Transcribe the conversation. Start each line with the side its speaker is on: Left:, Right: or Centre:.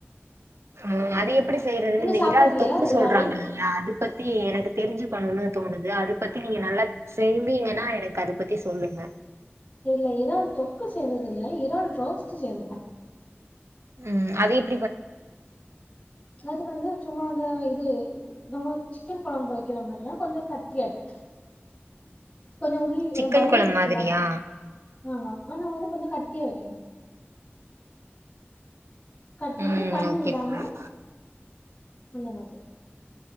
Right: ஆ அது எப்பிடி செய்றது இந்த
Left: சாப்ட்டது
Right: இறால்
Left: இல்லையா
Right: தொக்கு
Left: இறாலு
Right: சொல்றாங்கல்ல அது பத்தி ஏ எனக்கு தெரிஞ்சுக்கன்ணு தோணுது அதுப்பத்தி நீங்க நல்லா செய் விங்கனா எனக்கு அதுப்பத்தி சொல்லுங்க
Left: இல்ல இறால் தொக்கு செய்தது இல்ல இறால் ரோஸ்ட் செய்திருக்கோம்
Right: ம் அது எப்
Left: அது வந்து சும்மா அந்த இது நம்ம சிக்கன் கொழம்பு வெக்கற மாரிதா கொஞ்சே கட்டியாட்டு கொஞ்சோ உள்ளி
Right: சிக்கன்
Left: பல்லாரி
Right: கொழம்பு
Left: இருக்குலா
Right: மாதிரியா
Left: ஆமா ஆனா வந்து கொஞ்சோ கட்டியா வெக்கணு கட்டியான
Right: ம்
Left: தண்ணி
Right: ஓகே
Left: விடாம
Right: தோழி
Left: அந்த மாதிரி